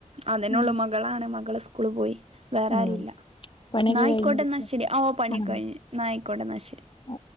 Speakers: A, on the right; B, on the left.
A: അതന്നെ
B: ഉം
A: ഉള്ള മകളാണ് മകള് സകൂള് പോയി വേറെ
B: ഉം
A: ആരുല്ല.
B: പണിയൊക്കെ
A: ന്നായിക്കോട്ടെ
B: കഴിഞ്ഞിരിക്ക
A: എന്നാ ശരി. ഓ പണിക്കഴിഞ്ഞു
B: ആഹ്
A: നായിക്കോട്ടെ എന്നാ ശരി.
B: ആഹ്